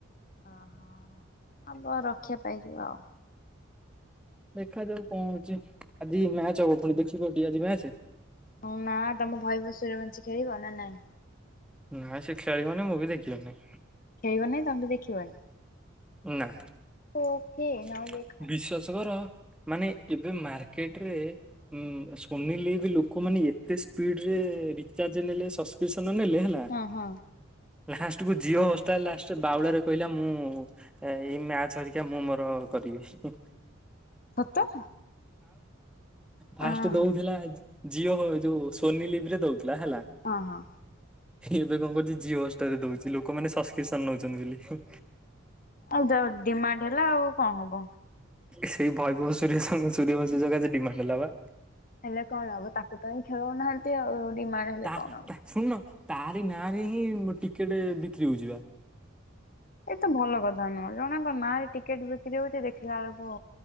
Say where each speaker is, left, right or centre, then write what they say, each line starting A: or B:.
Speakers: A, on the left; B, in the centre.
A: ହଁ ହଁ ହଁ ଆମ ରକ୍ଷା ପାଇଯିବ ଆଉ।
B: ଦେଖାଯାଉ କଣ ହଉଛି ଆଜି ମ୍ୟାଚ ହବ ପୁଣି ଦେଖିବ ଟିକେ ଆଜି ମ୍ୟାଚ
A: ହଁ ନା ତମ ବୈବଭସୂର୍ଯ୍ୟବଂଶୀ ଖେଳିବ ନା ନାଇଁ?
B: ନାଇଁ ସେ ଖେଳିବନି ମୁଁବି ଦେଖିବିନି।
A: ଖେଳିବ ନାଇଁ ତମେ ବି ଦେଖିବନି।
B: ଉ ନା,
A: ଓକେ
B: ବିଶ୍ୱାସ
A: ନ ଦେଖ
B: କର ମାନେ ଏବେ ମାର୍କେଟରେ ଉ ସୋନିଲିଭ୍ ଲୋକମାନେ ଏତେ ସ୍ପିଡ୍ ରେ ରେ ରିଚାର୍ଜ ନେଲେ ସବସ୍କ୍ରିପସନ ନେଲେ ହେଲା
A: ହଁ ହଁ
B: ଲାଷ୍ଟ କୁ ଜିଓ ହଷ୍ଟାଲ ଲାଷ୍ଟ ବାଉଳାରେ କହିଲା ମୁଁ ଏଇ ମ୍ୟାଚ ହେରିକା ମୁଁ ମ ର କରିବି ହୁଁ
A: ସତ?
B: ଫାଷ୍ଟ
A: ଓହୋ
B: ଦୋଉଥିଲା ଜିଓ ଯୋଉ ସୋନି ଲିଭରେ ଦୋଉ ଥିଲା ହେଲା।
A: ହଁ ହଁ
B: ଏବେ କଣ କରୁଛି ଜିଓ ହସ୍ଟାର୍ ଦୋଉଛି ଲୋକମାନେ ସବସ୍କ୍ରିପସନ ନୋଉଚନ୍ତି ବୋଲି।
A: ଆଉ ଯ ଡିମାଣ୍ଡ ହେଲା ଆଉ କଣ ହବ
B: ସେଇ ବୈଭବ ସୂର୍ଯ୍ୟ ସଙ୍ଗେ ସୂର୍ଯ୍ୟବଂଶୀ ସକାଶେ ଡିମାଣ୍ଡ ହେଲା ବା।
A: ହେଲେ କଣ ହବ ତାକୁ ତ ହିଁ ଖେଳଉନାହାନ୍ତି ଆଉ ଡିମାଣ୍ଡ ହେଲେ
B: ତା
A: କଣ ହବ।
B: ତା ଶୁଣ ତାରି ନାଁରେ ହିଁ ଟିକେଟ ବିକ୍ରି ହଉଛି ବା।
A: ଏତ ଭଲ କଥା ନୁହଁ ଜଣଙ୍କ ନାଁରେ ଟିକେଟ ବିକ୍ରି ହୋଉଛି ଦେଖିଲା ବେଳକୁ